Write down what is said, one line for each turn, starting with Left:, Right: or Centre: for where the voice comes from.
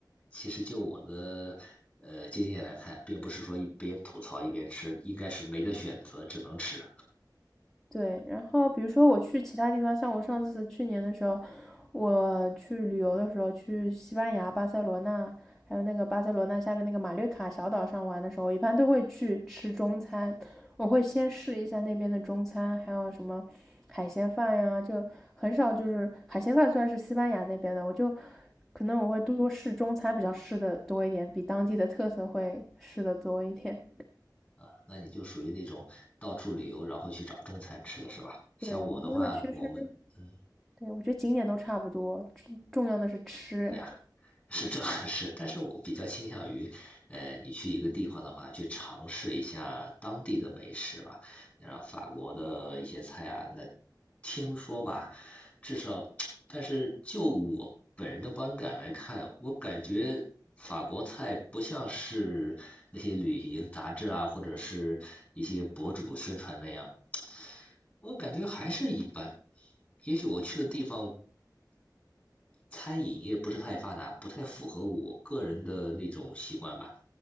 Left: 其实就我的呃经验来看，并不是说一边吐槽一边吃，应该是没得选择，只能吃。
Centre: 对，然后比如说我去其他地方，像我上次去年的时候，我去旅游的时候，去西班牙巴塞罗那，还有那个巴塞罗那下面那个马略卡小岛上玩的时候，我一般都会去吃中餐，我会先试一下那边的中餐，还有什么海鲜饭呀，就很少就是海鲜饭虽然是西班牙那边的，我就可能我会多试中餐，比较试的多一点，比当地的特色会试的多一点。
Left: 啊，那你就属于那种到处旅游，然后去找中餐吃的是吧？像我的话，
Centre: 对，因为其实
Left: 我们，嗯，
Centre: 对，我觉得景点都差不多，重重要的是吃。
Left: 对呀，是这 <laughs> 是，但是我比较倾向于，呃，你去一个地方的话，去尝试一下当地的美食吧。然后法国的一些菜啊，那听说吧，至少，<tsk> 但是就我本人的观感来看，我感觉法国菜不像是那些旅行杂志啊，或者是一些博主宣传那样。我感觉还是一般。也许我去的地方餐饮业不是太发达，不太符合我个人的那种习惯吧。